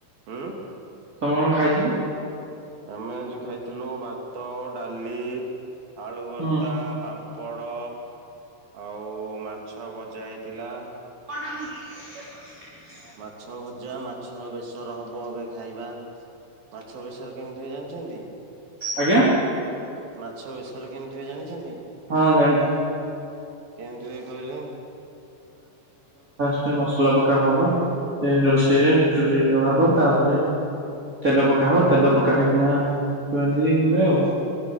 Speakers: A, on the right (about 50°); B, on the right (about 20°).
A: ହୁଁ
B: ତମେ କଣ ଖାଇଥିଲ?
A: ଆମେ ଆଜି ଖାଇଥିଲୁ ଭାତ ଡାଲି ଆଳୁ ଭର୍ତ୍ତା
B: ହୁଁ
A: ପାମ୍ ପୋଡ଼ ଆଉ ମାଛ ଭଜା ହେଇଥିଲା।
B: <unintelligible>
A: ମାଛ ଭଜା ମାଛ ବେସର ହବ ଏବେ ଖାଇବା ମାଛ ବେସରେ କେମିତି ହ ଜାଣିଛନ୍ତି
B: ଆଜ୍ଞା
A: ମାଛ ବେସରେ କେମିତି ହୁଏ ଜାଣିଛନ୍ତି।
B: ହଁ ଜାଣିଛି।
A: କେମିତି ହୁଏ କହିଲେ?
B: ସେ ମସଲା ପକା ହବ ସେ ରୋଷେଇରେ ଚୁଲିରେ ଜଳା ହବ ତାପରେ ତେଲ ପକାହବ ତେଲ ପକାହେଇକିନା ଧୁଅନ୍ତି। ହୁଏ ଆଉ।